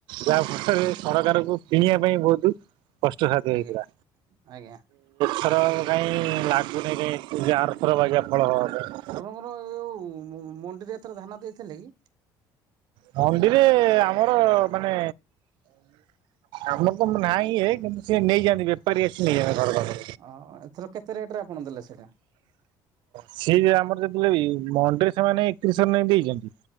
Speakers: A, on the right (about 70°); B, on the right (about 55°).
A: ଯାହା ଫଳରେ ସରକାରଙ୍କୁ କିଣିବା ପାଇଁ ବହୁତ କଷ୍ଟ ସାଧ୍ୟ
B: ଆଜ୍ଞା
A: ହେଇଥିଲା
B: ଆଜ୍ଞା
A: ଥର କାହିଁ ଲାଗୁନି କାଇଁ ଆରଥର ବାଜା ଫଳ ପାଇଁ।
B: ଆପଣଙ୍କର ଯୋଉ ମଣ୍ଡିରେ ଏଥର ଧାନ ଦେଇଥିଲେ କି?
A: ମଣ୍ଡିରେ ଆମର ମାନେ ଆମ ତ ନାହିଁଇଏ କିନ୍ତୁ ସେ ନେଇଯାନ୍ତି ବେପାରୀ ଆସି ନେଇଯାଆନ୍ତି। ଘର ପାଖରୁ।
B: ଓ ଏଥର କେତେ ରେଟ ରେ ଆପଣ ଦେଲେ ସେଟା?
A: ସେ ଯେ ଆମର ଯେତେବେଳେ ମଣ୍ଡିରେ ସେମାନେ ଏକତିରିଶ ନାଖେ ଦେଇଛନ୍ତି।